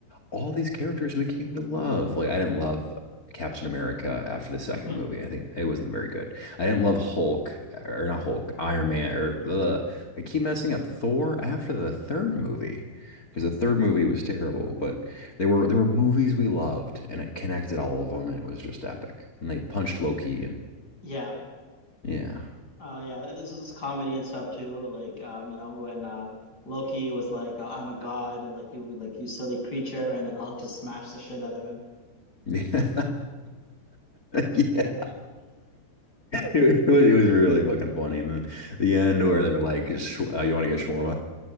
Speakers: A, on the left; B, on the left.
A: all these characters we came to love. Like I didn't love Captain America after the second
B: <laughs>
A: movie. I think it wasn't very good. I didn't love Hulk or not Hulk, Iron Man or ugh. I keep messing up Thor after the third movie because the third
B: Mhm.
A: movie was terrible. But they were there were movies we loved and it connected all of them and it was just epic. And they punched Loki and
B: yeah,
A: yeah.
B: uh, yeah. This is comedy and stuff too. Like, um, you know, when uh, Loki was like, uh, "I'm a god," and like you, like you silly creature, and then Hulk just smashed the shit out of him.
A: Yeah. <laughs> Yeah. It was, it was really fucking funny. And then the end where they're like, "Sh- uh, you want to get shawarma?